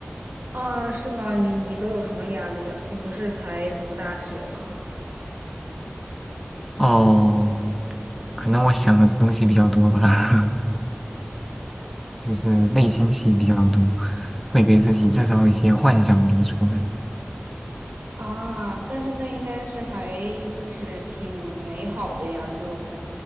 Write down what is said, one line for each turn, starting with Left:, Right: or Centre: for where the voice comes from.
Right: 啊？是吗？你你都有什么压力啊？你不是才读大学吗？
Centre: 哦，可能我想的东西比较多吧，<laughs> 就是内心戏比较多，会给自己制造一些幻想题出来。
Right: 啊，但是那应该是还就是挺美好的呀，就